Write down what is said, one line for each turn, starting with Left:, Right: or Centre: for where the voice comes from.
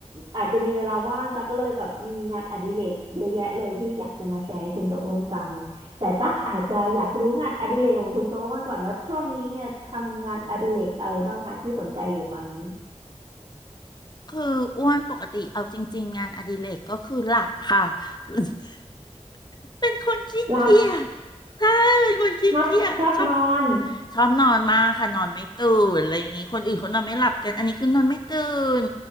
Right: อาจจะมีเวลาว่างตักก็เลยแบบมีงานอดิเรกเยอะแยะเลยที่อยากจะมาแชร์ให้คุณโตอ้วนฟังแต่ตักอาจจะอยากรู้งานอดิเรกของคุณโตอ้วนก่อนว่าช่วงนี้เนี่ยทำงานอดิเรกอะไรบ้างคะที่สนใจอยู่ตอนนี้
Left: คืออ้วนปกติเอาจริงๆงานอดิเรกก็คือหลับค่ะ <laughs> เป็นคนขี้เกียจ
Right: หลับ
Left: ใช่เป็นคนขี้เกียจชอบ
Right: ชอบชอบนอน
Left: ชอบนอนมากค่ะนอนไม่ตื่นอะไรอย่างงี้คนอื่นเขานอนไม่หลับกันอันนี้คือนอนไม่ตื่น